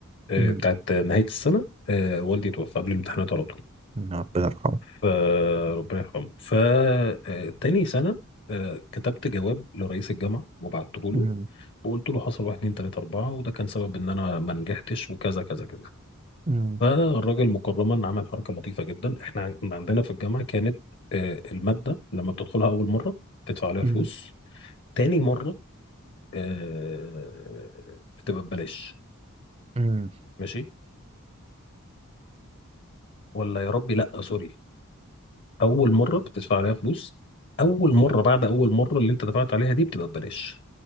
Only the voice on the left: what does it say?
آه،
بتاعت نهايه السنه آه، والدي توفى قبل الامتحانات على طول
فربنا يرحمه فتاني سنه آه، كتبت جواب لرئيس الجامعه وبعته له
وقلت له حصل واحد اتنين تلاته اربعه وده كان سبب ان انا ما نجحتش وكذا كذا كذا
فالراجل مكرما عمل حركه لطيفه جدا احنا عن- عندنا في الجامعه كانت آه، الماده لما بتدخلها اول مره تدفع عليها
فلوس تاني مره آه، بتبقى ببلاش
ماشي ولا يا ربي لا سوري اول مره بتدفع عليها فلوس اول مره بعد اول مره اللي انت دفعت عليها دي بتبقى ببلاش